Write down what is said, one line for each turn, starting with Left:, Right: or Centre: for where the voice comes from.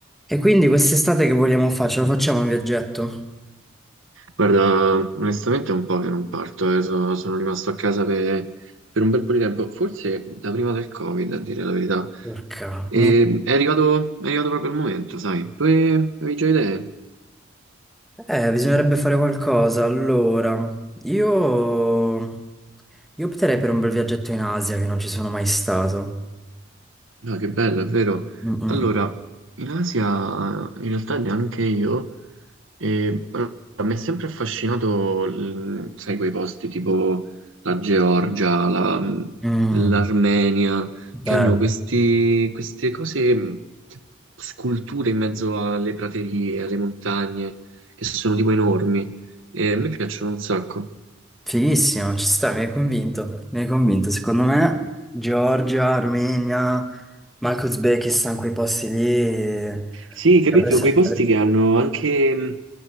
Centre: E quindi quest'estate che vogliamo fare? Ce lo facciamo un viaggetto?
Right: Guarda, onestamente è un po' che non parto, eh, so- sono rimasto a casa per, per un bel po' di tempo, forse da prima del Covid, a dire la verità.
Centre: Porca,
Right: E
Centre: no.
Right: è arrivato, è arrivato proprio il momento, sai? Tu eh, avevi già idee?
Centre: Eh, bisognerebbe fare qualcosa. Allora, io... Io opterei per un bel viaggetto in Asia che non ci sono mai stato.
Right: No, che bello, è vero.
Centre: Mm, mm,
Right: Allora,
Centre: mm.
Right: in Asia, in realtà neanche io, E, allora, mi è sempre affascinato, l- sai, quei posti tipo la Georgia, la-
Centre: Mm,
Right: l'Armenia,
Centre: bello.
Right: che hanno questi- queste cose, mh, sculture in mezzo alle praterie, alle montagne, che sono tipo enormi. E a me piacciono un sacco.
Centre: Fighissimo, ci sta, mi hai convinto. Mi hai convinto. Secondo me, Georgia, Armenia, ma anche Uzbekistan, quei posti lì, eh,
Right: Sì, capito,
Centre: dovrebbe essere
Right: quei posti che hanno anche mh,